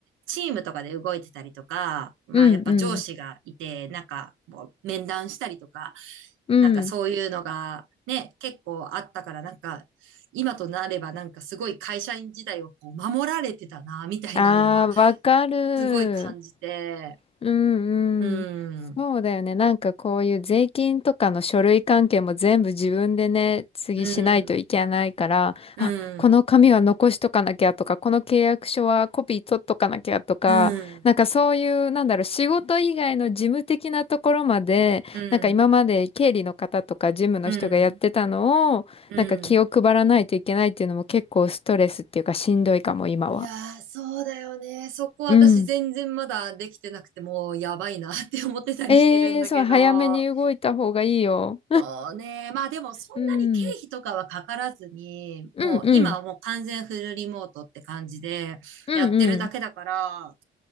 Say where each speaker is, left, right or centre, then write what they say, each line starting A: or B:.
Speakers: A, on the right; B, on the left.
A: チームとかで動いてたりとか、まあやっぱ上司がいて、
B: うんうん。
A: なんかもう面談したりとか、
B: うん。
A: なんかそういうのがね、結構あったからなんか、今となればなんかすごい会社員時代をこう守られてたな、みたいなのは
B: ああ、わかる。
A: すごい感じて、
B: うんうん。
A: うん、
B: そうだよね。なんかこういう税金とかの書類関係も全部自分でね、次しないといけないから、
A: うん、うん、
B: あ、この紙は残しとかなきゃとか、この契約書はコピー取っとかなきゃとか、
A: うん、
B: なんかそういう、なんだろう、仕事以外の事務的なところまで、
A: うん、
B: なんか今まで経理の方とか事務の人がやってたのを、
A: うん、うん。
B: なんか気を配らないといけないっていうのも結構ストレスっていうかしんどいかも、今は。
A: いやー、そうだよね。そこ私全然まだできてなくてもうやばいなって思ってたりしてるんだけど。
B: うん。ええー、そう、早めに動いた方がいいよ。
A: そうね。まあでもそんなに経費とかはかからずに、
B: うん、うんうん、
A: もう今はもう完全フルリモートって感じでやってるだけだから、
B: うんうん。